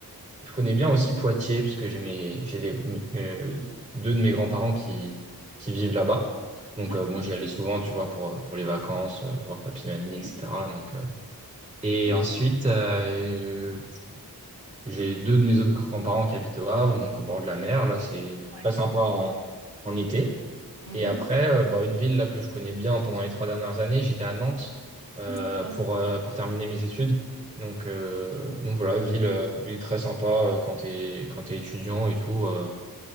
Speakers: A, on the right; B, on the right.
A: je connais bien aussi Poitiers parce que j'ai mes, j'ai des, mes- euh, deux de mes grands-parents qui, qui vivent là-bas. Donc,
B: D'accord,
A: euh, bon, j'y allais souvent, tu vois, pour, pour les vacances, euh, voir papy, mamie,
B: ok.
A: etc. Donc euh, Et
B: Hmm,
A: ensuite, euh, j'ai deux de mes autres grands-parents qui habitent au Havre, donc au bord de la mer. Là, c'est
B: ouais.
A: très sympa en, en été.
B: Mhm.
A: Et après, euh, bah, une ville là que je connais bien pendant les trois dernières années, j'étais à Nantes euh,
B: D'accord.
A: pour euh, pour terminer mes études. Donc euh,
B: ok.
A: donc voilà, ville euh, ville très sympa euh, quand t'es quand t'es étudiant et tout, euh,